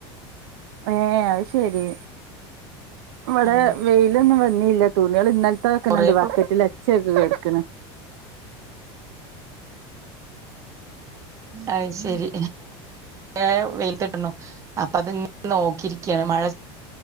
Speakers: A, on the right; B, on the right.
A: ഏഹ് അതയ് ശെരി ഇവിടെ
B: ഉം
A: വെയിലൊന്നും വന്നില്ല തുണേള് ഇന്നലത്തൊക്കെന്നെണ്ട്
B: കൊറേപ്പൊ
A: ബക്കറ്റിൽ അച്ചേക്ക് കെടക്ക്ണ്
B: അയ് ശെരി കൊറേ വെയിലത്തിട്ട്ണൂ അപ്പ അത് ഇങ്ങനെ നോക്കിരികാണ് മഴ